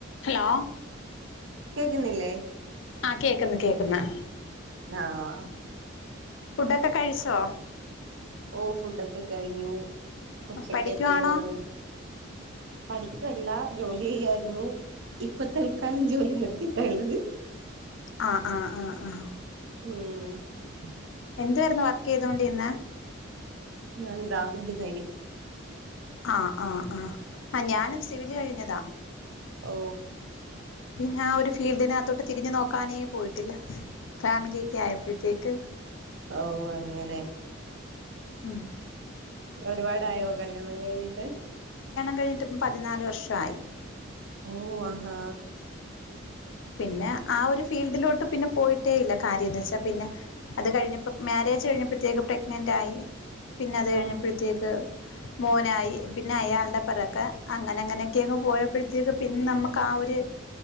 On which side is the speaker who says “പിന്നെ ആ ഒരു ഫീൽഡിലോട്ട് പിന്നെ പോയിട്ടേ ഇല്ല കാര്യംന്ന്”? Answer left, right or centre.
Left